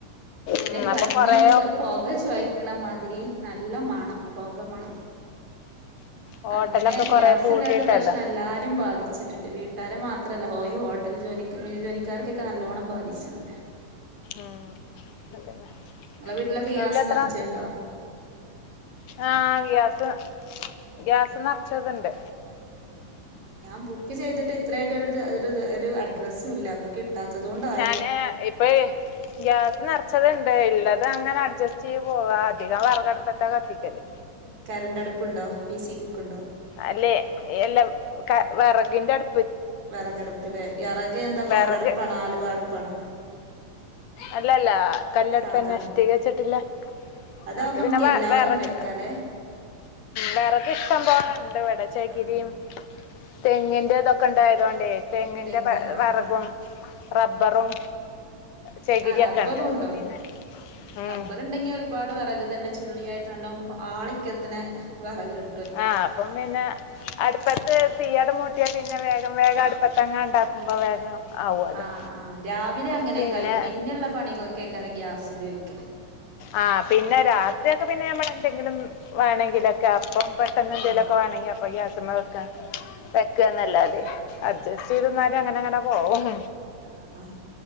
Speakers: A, on the right; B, on the left.
A: പിന്നെ
B: ഉം
A: കഞ്ഞിയൊക്കെ
B: അപ്പൊ കൊറേ
A: പൊ ക ചോയ്ക്കണമാതിരി നല്ല മണം. പൊക മണം.
B: ഹോട്ടലൊക്കെ
A: അങ്ങനെ
B: കൊറേ
A: ഗ്യാസില്ലാത്ത
B: പൂട്ടിയിട്ടല്ലോ
A: പ്രശ്നല്ലാ ബാധിച്ചിട്ടുണ്ട്. വീട്ടാരെ മാത്രമല്ല ഹ ഈ ഹോട്ടൽ ജോലിക്കാ ജോലിക്കാർക്കൊക്കെ നല്ലോണം ബാധിച്ചിണ്ട്.
B: ഉം. അതെല്ലേ.
A: ഇങ്ങളെ വീട്ടിലൊക്കെ
B: ങ്ങൾക്കെത്രമ
A: ഗ്യാസ് നെറച്ച്ണ്ടോ
B: ആഹ് ഗ്യാസ്, ഗ്യാസ് നെറ്ച്ചത്ണ്ട്.
A: ഉം. ഞാ ബുക്ക് ചെയ്തിട്ടിത്രയിട്ടൊര്ടതു ഒരു അഡ്രസ്സും ഇല്ല അപ്പൊ കി ട്ടാത്തതോണ്ട.
B: ഞാന് ഇപ്പെയ് ഗ്യാസ് നെറ്ച്ചത്ണ്ട്. ഉള്ളത് അങ്ങനെ അഡ്ജസ്റ്റ്യ്ത് പോവാ. ധികം വെറകട്പ്പത്താ കത്തിക്കല്.
A: കരണ്ട്ടുപ്പുണ്ടോ? ഇസി കുക്ക് ണ്ടോ?
B: അല്ലെ എല്ലം ക വെറകിന്റെ അട്
A: വെറകട്പ്പ്ല് വെറകി എന്താ
B: വിറക്
A: പൊകട്പ്പാണോ ആലുവ അടുപ്പാണോ?
B: അല്ലല്ല. കല്ലടുപ്പന്നെഷ്ടീകച്ചിട്ടില്ല.
A: സാധാ അടുപ്പ് ആഹ് അതാവുമ്പോ
B: നമക്ക്
A: നമുക്ക്
B: പിന്നെ വ
A: എല്ലാതും
B: വെറക്.
A: വെക്കാലേ
B: വെറക് ഇഷ്ടം പോലണ്ട്വ്ടെ ചെകരിയും.
A: ആഹ്
B: തെങ്ങിന്റെതൊക്കെ ഇണ്ടായതോണ്ടെ. തെങ്ങിന്റെ
A: തെങ്ങ്
B: വെ
A: ആഹ്
B: വെറകും റബ്ബറും. ചകിരിയൊക്കെ
A: ആ ടബ്ബറു
B: ഉണ്ട്
A: ഉണ്ടോ
B: അപ്പം പിന്നെ ഉം.
A: റബ്ബറുണ്ടെങ്കി. പാട് വെറക് തന്നെ ചുള്ളിയായിട്ട് നല്ലൊ ആളിക്കത്ത്ണെ വെറക് കി
B: ആഹ് അപ്പം പിന്നെ. അടുപ്പത്ത് തീയട മൂട്ടിയാ പിന്നെ വേഗം വേഗം അടുപ്പത്തങ്ങണ്ടാക്ക്മ്പോ വേഗം. ആവുമല്ലോ
A: ആഹ്, ആഹ് രാവിലെ അങ്ങനെക്കായും
B: പിന്നെ
A: പിന്നെള്ള പണികൊക്കെക ഗ്യാസ് ഉപയോഗിക്ക.
B: ആഹ് പിന്നെ രാത്രിയൊക്കെ പിന്നെ നമ്മളെന്തെങ്കിലും വേണങ്കിലൊക്കെ അപ്പം. ട്ട എന്തെലൊക്കെ
A: ആഹ്
B: വേണങ്കി അപ്പൊ ഗ്യാസ്മ്മ വെക്ക വെക്ക്അനലത് അഡ്ജസ്റ്റ്യ്ത്
A: ആഹ്
B: ന റ്റങ്ങനങ്ങന പോവും.
A: ആഹ് ആഹ്